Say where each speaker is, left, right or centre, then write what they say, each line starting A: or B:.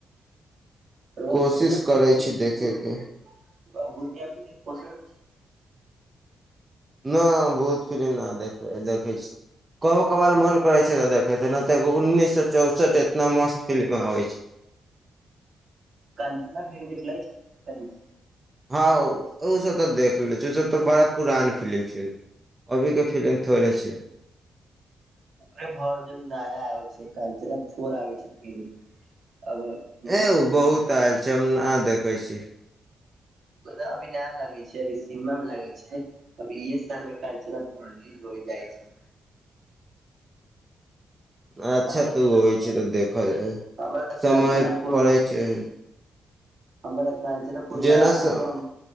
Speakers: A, on the right (about 50°); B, on the right (about 15°).
A: <unintelligible>
B: कोशिश करै छी देखे के नहि भूत फिलिम नहि देखबै देखै छी कबो कबार मोन करै छै तऽ देखैत छै नहि तऽ एगो उन्नैस सए चौसठ एतना मस्त फिलि्म आबैत छै
A: कंचना फिल्म देखलेय छै कंचना
B: हँ ओ सभ तऽ देख ले छै ओसभ तऽ बड़ा पुरान फिलि्म छै अभी क फिलिम थोड़े छै
A: ओे भरन नया आ छै कचे फोर आ छै फ
B: ए ओ बहुत आयल छै हम ने देखे छी
A: अभी नया लगै छै अभी सिनेमा मे लगे छै अभी इस साल मे कञचना पूर्णज होइ जाइ छै
B: अच्छा
A: आ मतलब
B: तऽ होइ छै तऽ देखय
A: हमरा तऽ
B: समय
A: कंचनापुर
B: पड़ै छै
A: हमरा कंचना फोर
B: जेना
A: डरावना
B: स-
A: कम